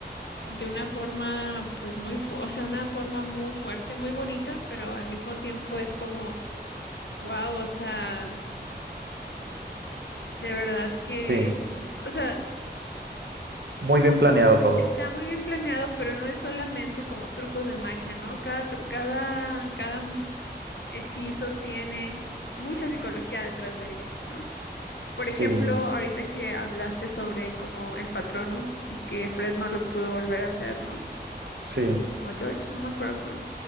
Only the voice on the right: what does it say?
sí.
Muy bien planeado todo.
Sí,
sí,